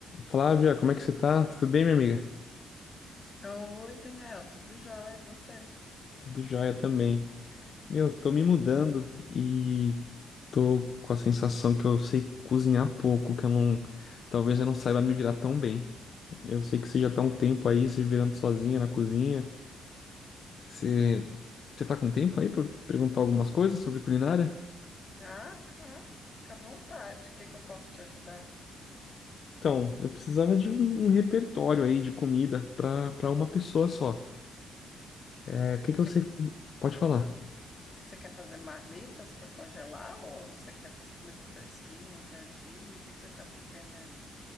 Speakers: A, on the left; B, on the left.
A: Flávia, como é que você tá? Tudo bem, minha amiga?
B: Oi, Daniel, tudo jóia? E você?
A: Tudo jóia também. Meu, tô me mudando e tô com a sensação que eu sei cozinhar pouco, que eu não. Talvez eu não saiba me virar tão bem. Eu sei que você já tá um tempo aí se virando sozinha na cozinha. Você, você tá com tempo aí pra eu perguntar algumas coisas sobre culinária?
B: Ah, claro, fica à vontade. O que que eu posso te ajudar?
A: Então, eu precisava de um, um repertório aí de comida pra, pra uma pessoa só. É, o que que
B: Você,
A: eu sei? Pode falar.
B: você quer fazer marmitas para congelar ou você quer fazer comida fresquinha, dia a dia? O que que você está pretendendo?